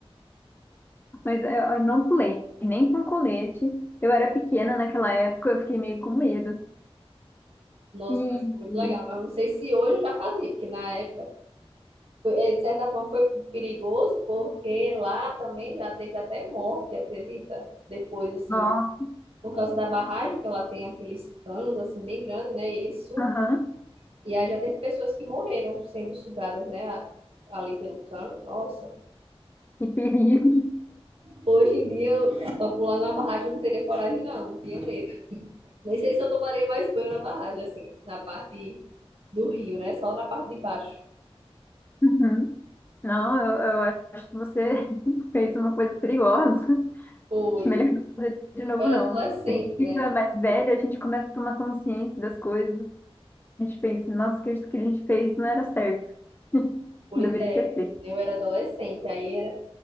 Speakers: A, on the left; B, on the right.
A: mas eu, eu não pulei, nem com colete. Eu era pequena naquela época, eu fiquei meio com medo.
B: Nossa,
A: E,
B: mas foi muito
A: e-
B: legal. Mas não sei se hoje eu já fazia, porque na época Foi- eh, De certa forma, foi perigoso, porque lá também já teve até morte, acredita? Depois, assim,
A: nossa,
B: por causa da barragem, que ela tem aqueles canos, assim, bem grandes, né? E eles sugam.
A: aham,
B: E aí já teve pessoas que morreram sendo sugadas, né? a- Ali pelo cano. Nossa.
A: e perigo.
B: Hoje em dia, para pular na barragem, eu não teria coragem, não. Não tinha medo. Nem sei se eu tomaria mais banho na barragem, assim, na parte do rio, né? Só na parte de baixo.
A: Uhum. Não, eu, eu acho que você <laughs> fez uma coisa perigosa.
B: Foi.
A: Acho melhor não fazer de novo,
B: Eu era
A: não.
B: adolescente,
A: A gente fica
B: né?
A: mais velho, a gente começa a tomar consciência das coisas. A gente pensa, nossa, que isso que a gente fez não era certo. <laughs>
B: Pois
A: Não Deveria
B: é,
A: ter feito.
B: eu era adolescente. Aí era.